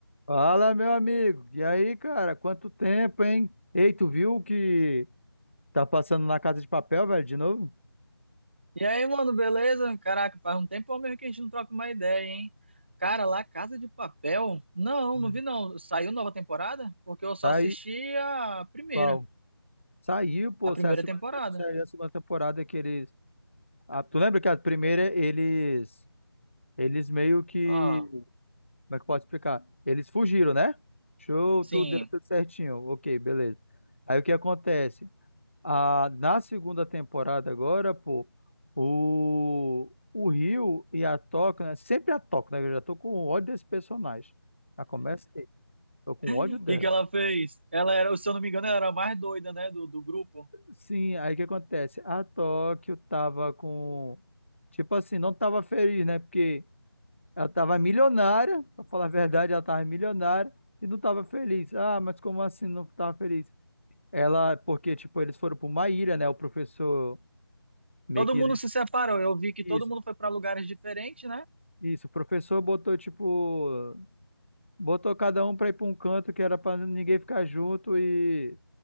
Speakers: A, on the left (about 30°); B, on the right (about 25°).
A: Fala, meu amigo. E aí, cara? Quanto tempo, hein? Ei, tu viu o que tá passando na Casa de Papel, velho, de novo?
B: E aí, mano, beleza? Caraca, faz um tempão mesmo que a gente não troca uma ideia, hein? Cara, lá Casa de Papel? Não,
A: Hum.
B: não vi não. Saiu nova temporada? Porque eu só
A: Tá
B: assisti
A: aí,
B: a primeira,
A: qual? Saiu, pô,
B: a primeira
A: saiu a segunda,
B: temporada.
A: tem- saiu a segunda temporada que eles... Ah, tu lembra que a primeira eles... Eles meio que...
B: Ah,
A: Como é que eu posso explicar? Eles fugiram, né? Show,
B: sim.
A: tudo deu tudo certinho. Ok, beleza. Aí o que acontece? A, na segunda temporada agora, pô, o, o Rio e a Toca, né? Sempre a Toca, né? Eu já tô com ódio desse personagem. Já começa aí. Tô com
B: O
A: ódio dela.
B: que que ela fez? Ela era, se eu não me engano, ela era a mais doida, né, do, do grupo.
A: Sim, aí o que acontece? A Tóquio tava com. Tipo assim, não tava feliz, né? Porque ela tava milionária, pra falar a verdade, ela tava milionária e não tava feliz. Ah, mas como assim não tava feliz? Ela, porque, tipo, eles foram pra uma ilha, né? O professor meio
B: Todo
A: que.
B: mundo se separou. Eu vi que
A: Isso,
B: todo mundo foi pra lugares diferentes, né?
A: Isso, o professor botou, tipo, botou cada um pra ir pra um canto que era pra ninguém ficar junto e